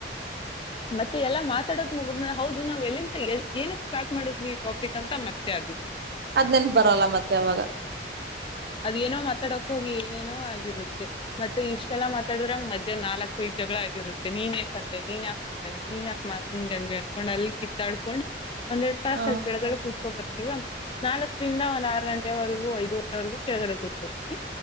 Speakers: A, on the left; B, on the right.
A: ಮತ್ತೆ ಎಲ್ಲಾ ಮಾತಾಡೋದ ಮುಗಿದಮೇಲೆ ಹೌದು ನಾ್ ಎಲ್ಲಿಂತ ಏನಕ್ ಸ್ಟಾರ್ಟ್ ಮಾಡಿದ್ವಿ ಈ ಟಾಪಿಕ್ ಅಂತ ಮತ್ತೆ ಅದು
B: ಅದ್ ನೆನ್ಪ ಬರಲ್ಲ ಮತ್ತೆ ಅವಾಗ
A: ಅದೇಏನೋ ಮಾತಾಡಕ್ ಹೋಗಿ ಏನೇನೋ ಆಗಿರುತ್ತೆ ಮತ್ತೆ ಇಷ್ಟೆಲ್ಲ ಮಾತಾಡಿದ್ರ ಮಧ್ಯ್ಯಾ ನಾಲ್ಕು ಐದು ಜಗಳ ಆಗಿರುತ್ತೆ ನೀನ್ ಯಾಕಂದೆ ನೀನ್ ಯಾಕ್ ಹಂಗಂದೆ ನೀನ್ ಯಾಕ ಹಂಗಂದೆ ಅನ್ಕೊಂಡ್ ಅಲ್ಲಿ ಕಿತ್ತಾಡ್ಕೊಂಡ್ ಒಂದೆರಡು ತಾಸ್
B: ಹ
A: ಕೆಳಗಡೆ ಕೂತ್ಕೋ ಈವ ನಾಲ್ಕರಿಂದ ಒಂದ ಆರು ಗಂಟೆವರೆಗೂ ಐದುವರೆವರೆಗೂ ಕೆಳಗಡೆ ಕೂತ್ಕೋತೀನಿ